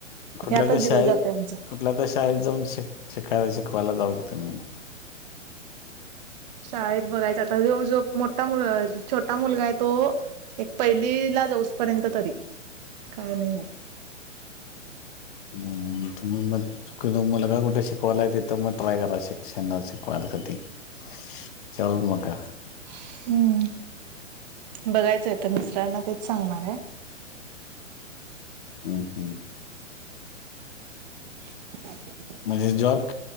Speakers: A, on the left; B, on the right.
A: कुठल्या
B: ह्यातच
A: तर
B: दिवस
A: शाळेत
B: जातोय आमचा
A: कुठल्या, तर शाळेत जाऊन शिक शिकाय शिकवायला, जावा की तुम्ही म,
B: शाळेत बघायचा आता, जो जो मोठा मु छोटा मुलगा आहे तो एक पहिली ला जाऊसपर्यंत तरी, काय नाही होत,
A: हम, तुम्ही मग तुमचं मुलगा कुठे शिकवायला आहे, तेथे मग ट्राय करा, शिक्षण शिकवायत ते, <unintelligible> मग का,
B: हम्म, बघायचंय आता मिस्टरना तेच सांगणार आहे,
A: हम्, हम्,
B: <unintelligible>
A: म्हणजे जॉब,